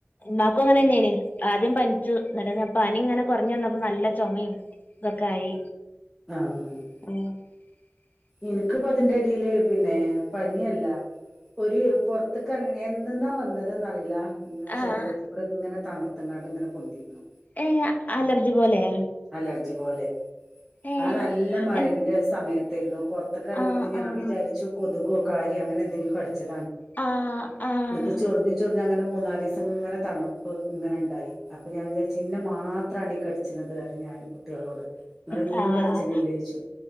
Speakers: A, on the left; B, in the centre.
A: ആാക്കും അങ്ങനെ എ ആദ്യം പനിച്ചു നപ്പ പനി ഇങ്ങനെ കുറഞ്ഞു വന്നപ്പോ നല്ല ചുമയും ഇതൊക്കെ ആയി
B: ആഹ
A: <unintelligible>
B: എനിക്കിപ്പ അതിന്റെടിയില് പിന്നെ പനല്ല ഒരു പുൊറത്തേക്ക ഇറങ്ങണ എന്തെന്നാ വന്നത്െന്ന്റിയില്ല ആ
A: ആഹ്
B: ശരീരത്തി കൂടെ ഇങ്ങനെ തണർത്തുംാണ്ട് ഇങ്ങനെ പൊന്തിരുന്നു
A: ഏ അലർജി പോലെ
B: അലർജി പോലെ
A: ഏഹ്
B: ആ നല്ല മഴറെ
A: എഹ്
B: സമയത്തായിരുന്നു പുറത്തൊക്കെ ഇറങ്ങയിട്ട്
A: ആഹ്
B: ഞാ
A: ആഹ്
B: വിചാരിു കൊുകോ കാര്യോ അങ്ങനെ എന്തെിലുംിച്ച
A: ആഹ് ആഹ്
B: എന്നിട്ട് ചന മൂന്ന നാല് ദിവസം ഇങ്ങനെ തണുപ്പ് ഇങ്ങനെ ഉണ്ടായി അപ്പൊ ഞാൻാ ചി് മാത്രമാണ് ീ കടിച്ചുന്നത് ക ഞാൻ കുട്ടികളോട് അങ്ങനെ ഇന്നും
A: ആഹ്
B: കടിച്ചന ഇല്ലിച്ചു